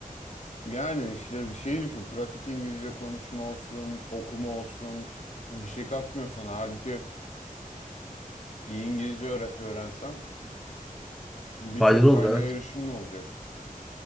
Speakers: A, on the left; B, in the centre.
A: yani işte bir şeyi düşün. Pratik İngilizce konuşma olsun, okuma olsun bir şey katmıyor sana. Halbuki iyi İngilizce öğre- öğrensen birçok
B: Faydalı
A: kaynağa
B: olur evet.
A: erişimin olacak.